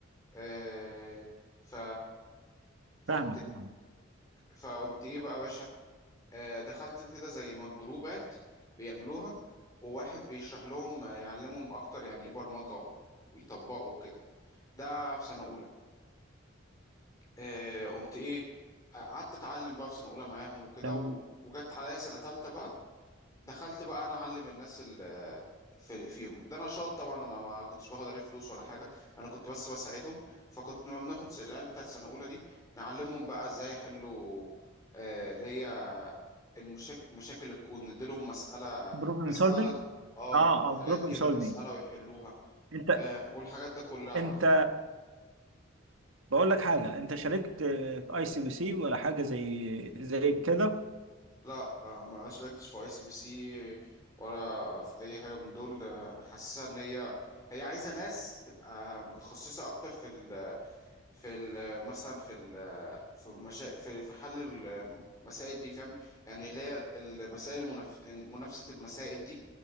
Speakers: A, on the left; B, on the right.
A: آه، ف فقمت
B: فاهمك فاهمك
A: فقمت إيه بقى يا باشا آه، دخلت كده زي ما جروبات بيعملوها وواحد بيشرح لهم آه، يعلمهم أكتر يعني إيه برمجة و- ويطبقوا كده ده في سنة أولى آه، قمت ايه آه، قعدت اتعلم بقى في سنه اولى معاهم وكده
B: تمام
A: و- وجت عليا سنه تالتة بقى دخلت بقى انا اعلم الناس ال- في فيهم ده نشاط طبعا انا ما كنتش باخد عليه فلوس ولا حاجه انا كنت بس بساعدهم فكنت لما بناخد س- العيال بتاعت سنه اولى دي نعلمهم بقى ازاي يحلوا آه، اللي هي المشاكل مشاكل الكون نديلهم مساله
B: بروبلم
A: مساله
B: سولفينج
A: اه
B: اه اه
A: حاجات
B: بروبلم
A: كده
B: سولفينج
A: مساله ويحلوها
B: انت
A: آه، والحاجات ده كلها
B: انت
A: بقى طبعا
B: بقول لك حاجة انت شاركت في اي سي بي سي ولا حاجة زي زي كده
A: لا آه، ما شاركتش في اي سي بي سي ولا في اي حاجه من دول آه، حاسسها ان هي هي عايزه ناس تبقى متخصصه اكتر في ال في ال مثلا في ال في مشا... في في حل المسائل دي فاهم يعني اللي هي المسائل المنف... منافسه المسائل دي